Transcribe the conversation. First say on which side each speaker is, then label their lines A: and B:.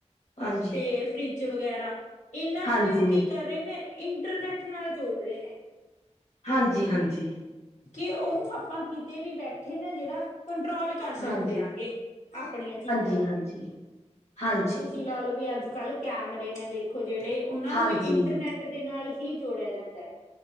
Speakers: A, on the left; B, on the left.
A: ਹਾਂਜੀ,
B: ਤੇ ਫਰਿੱਜ ਵਗੈਰਾ ਏਨਾਂ
A: ਹਾਂਜੀ,
B: ਨੂੰ ਵੀ ਉਹ ਕੀ ਕਰ ਰਏ ਨੇ ਇੰਟਰਨੈਟ ਨਾਲ ਜੋੜ ਰਏ ਨੇ।
A: ਹਾਂਜੀ- ਹਾਂਜੀ।
B: ਕਿ ਉਹ ਆਪਾਂ ਕਿਤੇ ਵੀ ਬੈਠੇ ਨਾ ਜੇੜਾ ਕੰਟਰੋਲ ਕਰ ਸਕਦੇਆਂਗੇ
A: ਹਾਂਜੀ,
B: ਅਪਣੀਆਂ ਚੀਜ਼ਾਂ
A: ਹਾਂਜੀ,
B: ਨੂੰ।
A: ਹਾਂਜੀ,
B: ਤੁਸੀਂ ਲਾ ਲੋੋ ਵੀ ਅੱਜ ਕੱਲ ਕੈਮਰੇ ਨੇ ਦੇਖੋ ਜਿਹੜੇ ਉਹਨਾਂ
A: ਹਾਂਜੀ।
B: ਨੂੰ ਵੀ ਇੰਟਰਨੈਟ ਦੇ ਨਾਲ ਹੀ ਜੋੜਿਆ ਜਾਂਦਾ ।